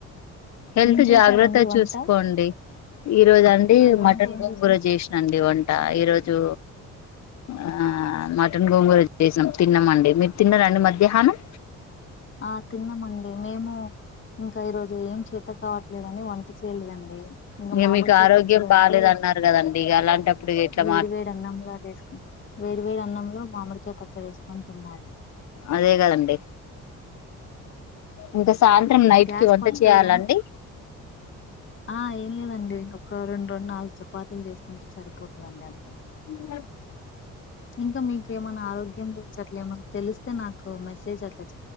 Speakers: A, on the left; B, on the left.
A: హెల్త్
B: ఏం చేసారండి
A: జాగ్రత్త
B: వంట
A: చూసుకోండి ఈ రోజు అండి
B: ఈరోజు వంట
A: మటన్
B: ఏం
A: గోంగుర
B: చేసాం
A: చేసినాండి వంట ఈరోజు ఆ మటన్ గోంగూర వచ్చేసినాం తిన్నామండి మీరు తిన్నారండి మధ్యాహ్నం
B: ఆ తిన్నామండి మేము ఇంకా ఈరోజు ఏం చేత కావట్లేదుని వంట చేయలేదండి ఇంకా
A: ఇక
B: మామిడికాయ
A: మీకు ఆరోగ్యం
B: పచ్చడి ఉంటే
A: బాలేేదున్నారు కదండి ఇక అలాంటప్పుడు ఇట్లా
B: వేడి
A: మాట్లా
B: వేడి అన్నంలో అది వేసుకుని వేడి వేడి అన్నంలో మామిడికే పచ్చడి వేసుకొని తిన్నాము
A: అదే కదండి ఇంకా సాయంత్రం నైట్
B: గ్యాస్
A: కి వంట
B: పడుతది
A: చేయాలండి
B: గానీ ఆ ఏం లేదండి ఒక రెండు రెండు నాలుగు చపాతీలు చేసుకుంటే సరిపోతుందండి అంతే
A: ఉ
B: ఇంక మీకేమన్నా ఆరోగ్యం గురించి అట్లేమ తెలిస్తే నాకు మెసేజ్ అ